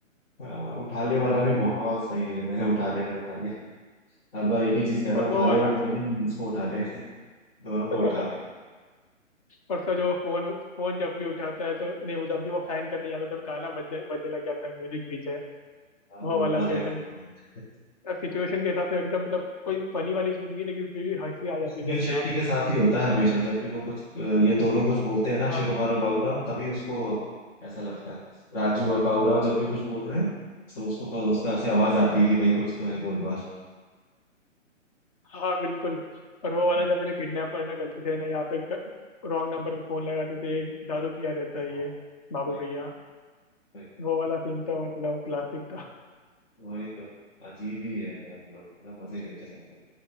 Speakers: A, on the left; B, on the left.
A: हाँ, उठाले वाला भी बहुत सही है <laughs> रे उठाले रे उठाले हर बार एक ही चीज कहता
B: और
A: है उठाले
B: वो वाला
A: बट मुझे नहीं उसको उठाले <laughs> दोनों को
B: <laughs>
A: उठाले
B: और उसका जो फोन फोन जब भी उठाता है तो नहीं वो जब भी वो फैन करने जाता है तो गाना बजने बजने लग जाता है म्यूजिक पीछे
A: हाँ
B: वो
A: गोलमाल
B: वाला भी
A: है
B: एकदम
A: गोलमाल है।
B: सिचुएशन के हिसाब से एकदम मतलब कोई फनी वाली चीज नहीं है लेकिन फिर भी हंसी आ जाती
A: वो सुनील
B: थी अपने
A: शेट्टी
B: आप
A: के साथ ही होता है हमेशा जब भी वो कुछ अ, ये दोनों कुछ बोलते हैं ना अक्षय
B: हाँ
A: कुमार और बाबूराव तभी उसको ऐसा लगता है राजू और बाबूराव जब भी कुछ बोल रहे हैं तो उसको पर उसका ऐसे आवाज आती है कि भाई कुछ तो है गोलमाल
B: हाँ बिल्कुल और वो वाला
A: हम्म,
B: जब है ना किडनैपर ना गलती से है ना यहाँ पे रॉन्ग नंबर पे फोन लगा देते हैं, दारू पिया रहता है
A: हाँ,
B: ये बाबू
A: वही
B: भैया
A: वही
B: वो वाला सीन तो मतलब क्लासिक था
A: वही तो अजीब ही है यार ये लोग ना मजे लेते रहते हैं